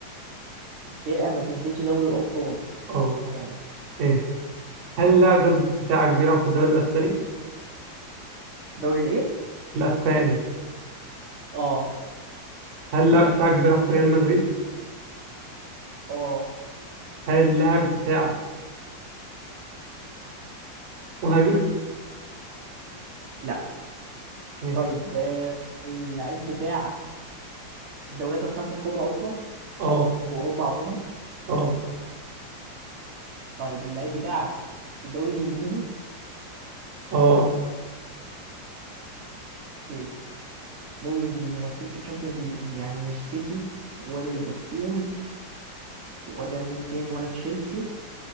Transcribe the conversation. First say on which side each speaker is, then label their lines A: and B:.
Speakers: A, on the right; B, on the right.
A: الفرقة ما كسبتش دوري الأبطال
B: اه
A: تمام
B: ماشي هل اللاعب ده بتاعك بيلعب في الدوري الاسباني؟
A: دوري الايه؟
B: الاسباني
A: اه
B: هل اللاعب بتاعك بيلعب في ريال مدريد؟
A: اه
B: هل اللاعب بتاعك مهاجم؟
A: لا
B: ماشي
A: طيب آه، اللعيب بتاعك في الدوريات الخمسة الكبرى أصلا
B: اه
A: في أوروبا عموما
B: اه
A: طيب اللعيب بتاعك في الدوري الإنجليزي
B: اه
A: في الدوري الإنجليزي وما كسبش تشامبيونز ليج يعني مش سيتي ولا ليفربول ولا مين تاني ولا تشيلسي